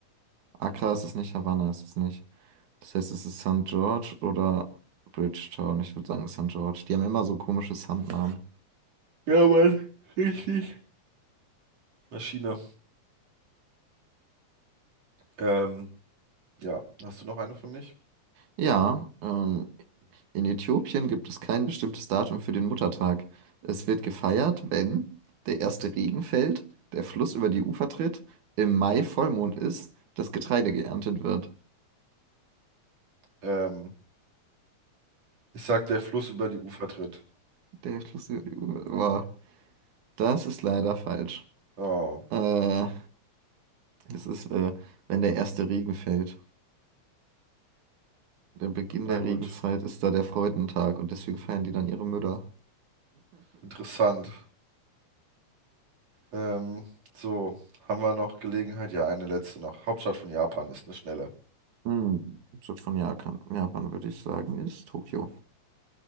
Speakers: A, on the right; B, on the right.
A: Accra ist es nicht, Havanna ist es nicht. Das heißt, es ist St. George oder Bridgetown. Ich würde sagen St. George. Die haben immer so komische Sandnamen.
B: Ja, Mann, richtig. Maschine. Ähm, ja, hast du noch eine für mich?
A: Ja, ähm, in Äthiopien gibt es kein bestimmtes Datum für den Muttertag. Es wird gefeiert, wenn der erste Regen fällt, der Fluss über die Ufer tritt, im Mai Vollmond ist, das Getreide geerntet wird.
B: Ähm, ich sag, der Fluss über die Ufer tritt.
A: Der Fluss über die Ufer. Boah, das ist leider falsch.
B: Oh,
A: Äh, es ist, äh, wenn der erste Regen fällt. Der Beginn
B: na
A: der
B: gut.
A: Regenzeit ist da der Freudentag und deswegen feiern die dann ihre Mütter.
B: Interessant. Ähm, so, haben wir noch Gelegenheit? Ja, eine letzte noch. Hauptstadt von Japan ist eine schnelle.
A: Hm, Hauptstadt von Japan, Japan würde ich sagen, ist Tokio.